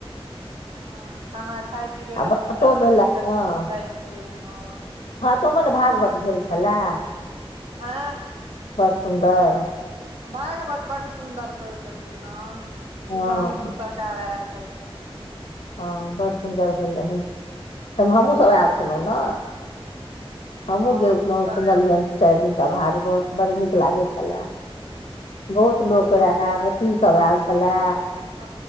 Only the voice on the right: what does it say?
हँ, खाना खाय पीबै
के
चीज
सभ रंग-बिरंग
के बिकाय छलय, हा
आ
भागवत बड़ सुदर कहे छलखिन ह।
सुधांशु स कार आयल सभ
हँ
सब
आयल
हँ
ह